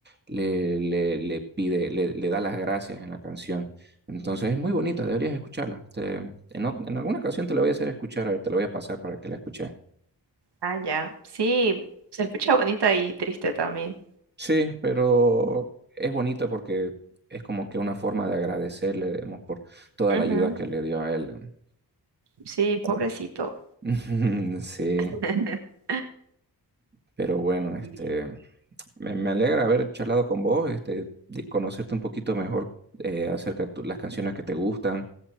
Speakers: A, on the right; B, on the right.
A: le, le- le pide, le, le da las gracias en la canción. Entonces es muy bonita, deberías escucharla. Te- en, ot- en alguna ocasión te la voy a hacer escuchar, a ver, te la voy a pasar para que la escuches.
B: Ah, ya. Sí, se escucha bonita y triste también.
A: Sí, pero es bonito porque es como que una forma de agradecerle, digamos, por toda
B: Ujú.
A: la ayuda que le dio a él.
B: Sí, pobrecito.
A: <laughs> Sí,
B: <laughs>
A: pero bueno, este...
B: Bien.
A: Me, me alegra haber charlado con vos, este, de conocerte un poquito mejor eh, acerca de tu- las canciones que te gustan.